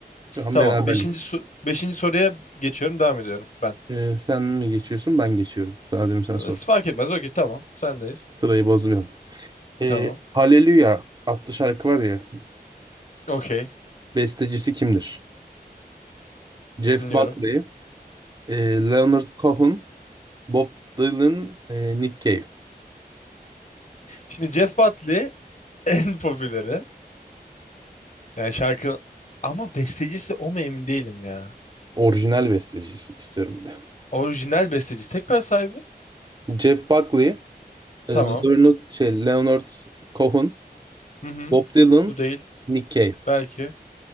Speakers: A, on the right; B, on the left.
A: Şu an Tamam.
B: Tamam.
A: beraberlik.
B: 5. beşinci soruya geçiyorum. Devam ediyorum ben.
A: Ee, sen mi geçiyorsun ben geçiyorum. Sadece sen
B: E,
A: sor.
B: Fark etmez. Okey tamam. Sendeyiz.
A: Sırayı bozmayalım. Ee,
B: Tamam.
A: Hallelujah adlı şarkı var ya.
B: Okey.
A: Bestecisi kimdir? Jeff
B: Dinliyorum.
A: Buckley, e, Leonard Cohen, Bob Dylan, e, Nick Cave.
B: Şimdi Jeff Buckley <laughs> en popüleri. Yani şarkı ama bestecisi o mu emin değilim ya.
A: Orijinal bestecisi istiyorum bir de.
B: Orijinal bestecisi. Tekrar sahibi.
A: Jeff Buckley, e,
B: Tamam.
A: Leonard, şey, Leonard Cohen,
B: Hı hı.
A: Bob Dylan,
B: Bu değil.
A: Nick Cave.
B: Belki.